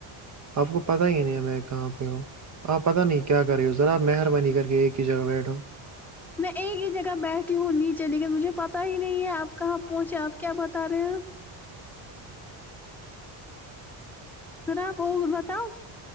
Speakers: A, on the right (about 35°); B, in the centre.
A: آپ کو پتا ہی نہیں ہے میں کہاں پہ ہوں ہپ پتا نہیں کیا کر رہی ہو ذراپ مہربانی کر کے ایک ہی جگہ بیٹھو
B: میں ایک ہی جگہ بیٹھی ہوں نیچے لیکن مجھے پتا ہی نہیں ہے آپ کہاں پہنچے آپ کیا بتا رہے ہیں ذرا آپ اور بتاؤ